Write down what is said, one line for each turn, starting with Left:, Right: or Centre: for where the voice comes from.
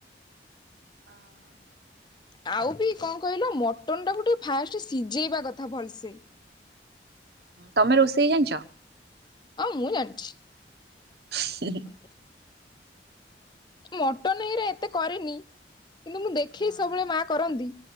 Right: ହଁ।
Left: ଆଉ ବି କଣ କହିଲ ମଟନ୍ ଟାକୁ ଟିକେ ଫାଷ୍ଟ ସିଝେଇବା କଥା ଭଲସେ।
Right: ତମେ ରୋଷେଇ ଜାଣିଛ?
Left: ହଁ ମୁଁ ଜାଣିଛି।
Right: ହ <unintelligible>
Left: <inaudible> ମଟନ ଇଏରେ
Right: ହଁ
Left: ଏତେ କରିରେନି କିନ୍ତୁ ମୁଁ ଦେଖେଇ
Right: ହଁ
Left: ସବୁବେଳେ ମା କରନ୍ତି।